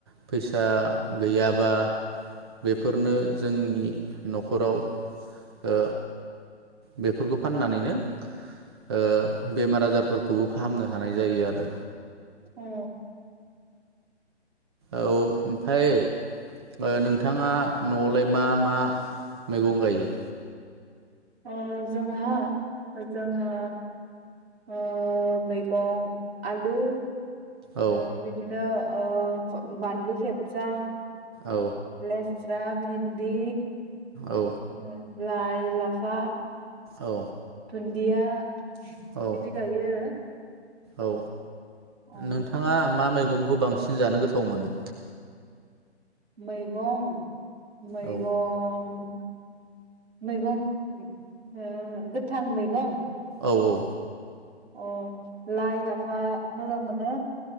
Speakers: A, on the right; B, on the right.
A: फैसा गैयाबा बेफोरनो जोंनि नखराव ओ बेफोरखौ फाननानैनो ओ बेमार आजारफोरखौबो फाहामनो हानाय जायो आरो।
B: औ।
A: औ ओमफ्राय ओ नोंथाङा नआवलाय मा मा मैगं गायो।
B: ओ जोंहा जोंहा ओ मैगं आलु। ओ
A: औ
B: बिदिनो ओ बानलु खेबजां।
A: औ
B: लेस। स्रा भिन्दि।
A: औ
B: ओ लाइ लाफा।
A: औ।
B: दुणडिया।
A: औ
B: बिदि गायो आरो।
A: औ
B: अ
A: नोंथाङा मा मैगंखौ बांसिन जानो गोथाव थाव मोनो?
B: मैगं। मैगं।
A: औ
B: मैगं ओ गोथां मैगं।
A: औ औ।
B: अ लाइ लाफा मोजां मोनो।